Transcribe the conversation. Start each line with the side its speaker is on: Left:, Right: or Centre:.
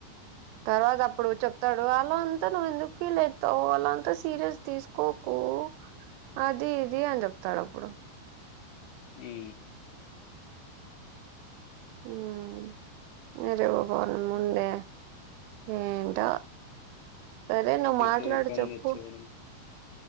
Right: తర్వాత అప్పుడు చెప్తాడు వాలో అంతా నువ్వు ఎందుకు ఫీల్ అయి తవు అలంతా సీరియస్ తీసుకోకు అది ఇది అని చెప్తాడు అప్పుడు
Left: ఈ
Right: హ్మ్ రేవ పోల ముందే ఏంట సరే నువ్వు
Left: పెద్ద
Right: మాట్లాడు
Left: ఇబ్బంది
Right: చెప్పు
Left: వచ్చేవడం